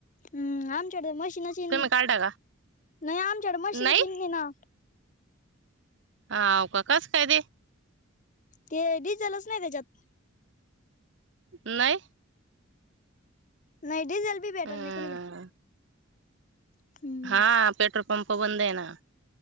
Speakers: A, on the left; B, on the right.
A: हम्म आमच्याडे मशीनच यीन
B: तुम्ही
A: नाही,
B: काढता का
A: नाही आमच्याकडे मशीनच
B: नाही
A: येनी ना.
B: होव का कसं काय बे?
A: ते डिझेलच नाही त्याच्यात.
B: नाही
A: नाही डिझेल बी भेटत
B: अं
A: नाही कुणीकडे. हम्म
B: हा पेट्रोल पंप बंद येना.